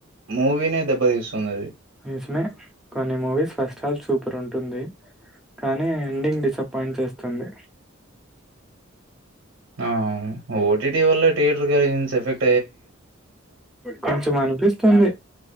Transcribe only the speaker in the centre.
నిజమే కొన్ని మూవీస్ ఫస్ట్ హాఫ్ సూపర్ ఉంటుంది కానీ ఎండింగ్ డిసప్పాయింట్ చేస్తుంది
కొంచెం అనిపిస్తుంది